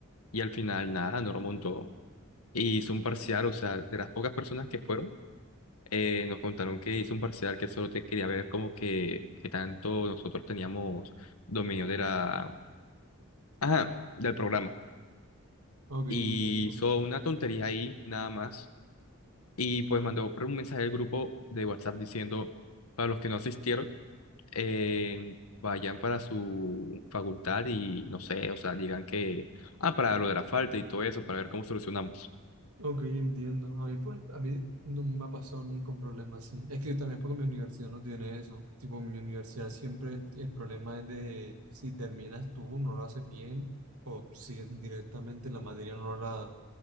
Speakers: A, on the left (about 85°); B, on the right (about 85°).
A: y al final nada, no lo montó. Y hizo un parcial, o sea, de las pocas personas que fueron, eh, nos contaron que hizo un parcial que solo te quería ver como que, que tanto nosotros teníamos dominio de la, ajá, del programa.
B: Ok,
A: Y
B: entiendo.
A: hizo una tontería ahí, nada más. Y pues mandó por un mensaje al grupo de WhatsApp diciendo, para los que no asistieron, eh, vayan para su facultad y no sé, o sea, digan que, ah, para lo de la falta y todo eso, para ver cómo solucionamos.
B: Ok, entiendo. A mí, por- a mí no me ha pasado nunca un problema así. Es que también es porque mi universidad no tiene eso. Tipo, mi universidad siempre el, el problema es de si terminas tú, no lo haces bien, o si directamente la materia no la